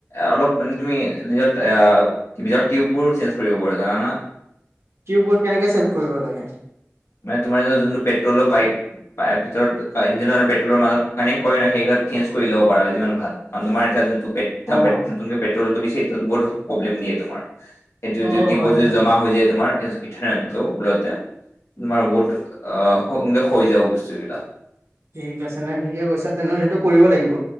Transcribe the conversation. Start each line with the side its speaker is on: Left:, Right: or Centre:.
Left: অলপ মানে তুমি নিজৰ এয়া ভিতৰৰ টিউববোৰো চেঞ্জ কৰিব পাৰি জানানা
Right: টিউববোৰ কেনেকে চেঞ্জ কৰিব লাগে
Left: মানে তোমাৰ যে যোনটো পেট্ৰলৰ পাইপ পাইপ ভিতৰত ইঞ্জিন আৰু পেট্ৰলৰ মাজত কানেক্ট কৰে ন সেইডাল চেঞ্জ কৰি লব পাৰা যিমানে ভাল কাৰণ তোমাৰ এতিয়া যোনটো পে পেট্টল
Right: অ',
Left: নতুনকে পেট্ৰলটো দিছে সেইটোত বহুত প্ৰব্লেম দিয়ে তোমাৰ এইটো
Right: অ',
Left: এইটো টিউবত
Right: হয়
Left: যে
Right: হয়
Left: জমা হৈ যে তোমাৰ ইথানেলটো ভুলতে তোমাৰ বহুত অ সোনকালে হৈ যাব বস্তুবিলাক
Right: ঠিক আছে নে ঠিকে কৈছা তেনেহলে সেইটো কৰিব লাগিব